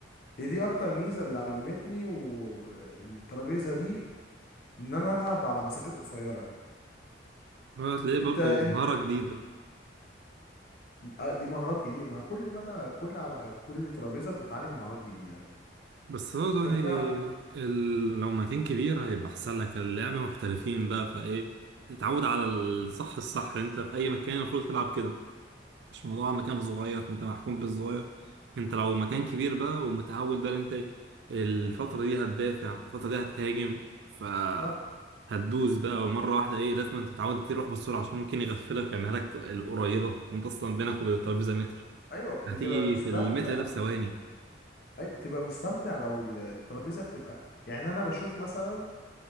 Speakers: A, on the left (about 50°); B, on the right (about 60°).
A: هي دي اكتر ميزه اللي علمتني والترابيزه دي ان انا العب على مسافات قصيره
B: هتلاقيه
A: انت
B: برضه
A: انت
B: مهاره جديده
A: آه، دي مهارات جديدة ما كل مدى كل على كل ترابيزة بتتعلم مهارات جديدة
B: بس برضه
A: انت
B: يعني
A: بتاع
B: ال... لو مكان كبير هيبقى احسن لك اللعبه محترفين بقى فايه اتعود على الصح الصح انت في اي مكان المفروض تلعب كده مش موضوع مكان صغير فانت محكوم بالصغير انت لو مكان كبير بقى ومتعود بقى إن انت الفتره دي هتدافع الفتره دي هتهاجم ف
A: صح
B: هتدوس بقى مرة واحدة ايه لازم انت تتعود تروح بسرعة عشان ممكن يغفلك ويعملها لك القريبة وانت اصلا بينك وبين الترابيزة متر
A: ايوه بتبقى
B: هتيجي
A: مستمتع
B: في المتر ده في ثواني
A: ايوه بتبقى مستمتع لو ال- الترابيزة بتبقى يعني انا بشوف مثلا